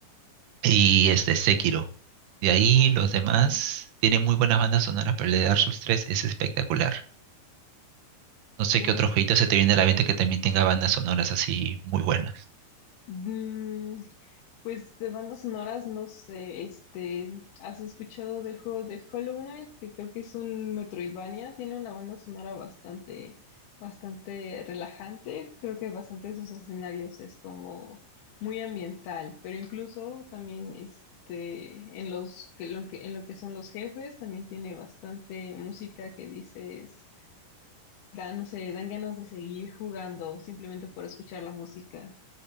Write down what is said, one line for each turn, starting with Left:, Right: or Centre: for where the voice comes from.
Right: y este Sekiro. De ahí
Left: Ah,
Right: los demás
Left: ok.
Right: tienen muy buenas bandas sonoras, pero el de Dark Souls 3 es espectacular. No sé
Left: No.
Right: qué otro jueguito se te viene a la mente que también tenga bandas sonoras así muy buenas.
Left: mm, Pues de bandas sonoras, no sé, este, ¿has escuchado del juego de Hollow Knight? Que creo que es un Metroidvania, tiene una banda sonora bastante, bastante relajante, creo que bastante de sus escenarios es como muy ambiental, pero incluso también este, en los, que lo que, en lo que son los jefes, también tiene bastante música que dices, da, no sé, dan ganas de seguir jugando simplemente por escuchar la música.